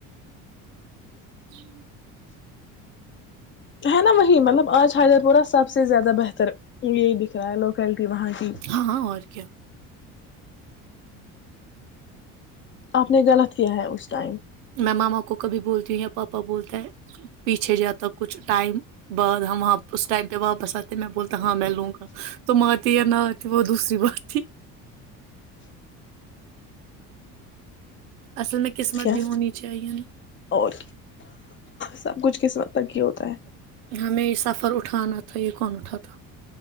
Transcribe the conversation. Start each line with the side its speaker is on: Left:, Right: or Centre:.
Right: ہوں
Left: ہے نا وہی مطلب آج حیدر پورہ سب سے زیادہ بہتر یہی دکھ رہا ہے لوکیلٹی وہاں کی
Right: ہاں اور کیا
Left: آپ نے غلط کیا ہے اس ٹائم
Right: میں ماما کو کبھی بولتی ہوں یا پاپا بولتا ہے پیچھے جاتا کچھ ٹائم بعد ہم اس ٹائم پہ واپس آتے میں بولتا ہاں میں لوں گا تم آتے یا نہ آتی وہ دوسری بات تھی اصل میں قسمت
Left: کیا
Right: بھی ہونی چاہیے نا
Left: اور سب کچھ کس وت تک کی ہوتا ت
Right: ہمیں یہ سفر اٹھانا تھا یہ کون اٹھاتا